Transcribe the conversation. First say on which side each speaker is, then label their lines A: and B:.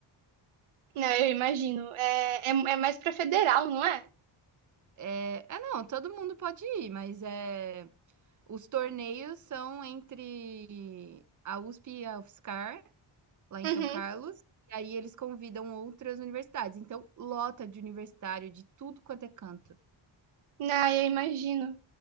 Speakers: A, on the right; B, on the right.
A: Não, eu imagino. É, é, é mais pra federal, não é?
B: É, ah, não, todo mundo pode ir, mas, é os torneios são entre a USP e a UFSCar Lá em
A: Uhum.
B: São Carlos, e aí eles convidam outras universidades, então lota de universitário de tudo quanto é canto.
A: Não, eu imagino.